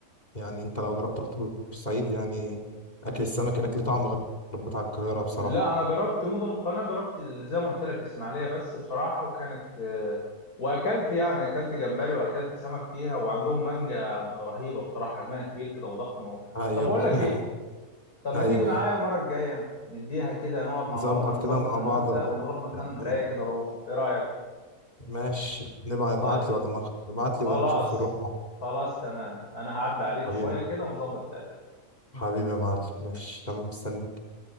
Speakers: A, on the left (about 25°); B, on the left (about 85°).
A: يعني أنت لو جربت رحت بورسعيد يعني أكل السمك هناك ليه طعم غير بتاع القاهرة بصراحة
B: لا أنا جربت مدن القناة جربت ال- زي ما قلت لك إسماعيلية بس بصراحة وكانت آه، وأكلت يعني أكلت جمبري وأكلت سمك فيها وعندهم مانجا رهيبة بصراحة حجمها كبير كده وضخمة و...
A: أيوه
B: طب بقول لك
A: <laughs>
B: إيه طب ما
A: أيوه
B: تيجي معايا المرة الجاية نديها كده نقعد مع
A: نظبط
B: بعضنا نظبط
A: كده مع
B: أنا
A: بعض
B: وأنت
A: ون-
B: ونروح مكان
A: ون-
B: رايق كده نروحه إيه رأيك؟
A: ماشي نبقى ابعت
B: طيب
A: لي بعد ما أخ- ابعت لي
B: خلاص
A: ونشوف نروح مع بعض
B: خلاص تمام أنا هعدي عليك
A: حبيبي
B: شوية كده ونظبط الأداء
A: حبيبي يا معلم ماشي تمام مستنيك